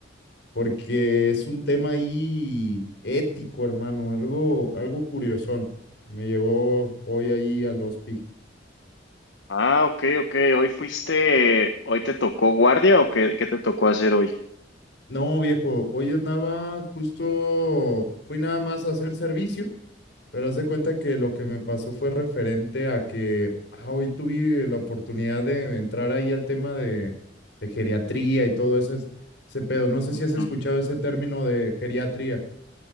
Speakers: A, on the left (about 65°); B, on the left (about 75°).
A: porque es un tema ahí ético, hermano. Algo, algo curiosón que me llegó hoy ahí al hospi.
B: Ah, ok, ok. ¿Hoy fuiste, hoy te tocó guardia o qué, qué te tocó hacer hoy?
A: No, viejo, hoy andaba justo, fui nada más a hacer servicio. Pero haz de cuenta que lo que me pasó fue referente a que ah, hoy tuve la oportunidad de entrar ahí al tema de, de geriatría y todo eso, es- ese pedo. No sé
B: Ujú.
A: si has escuchado ese término de geriatría.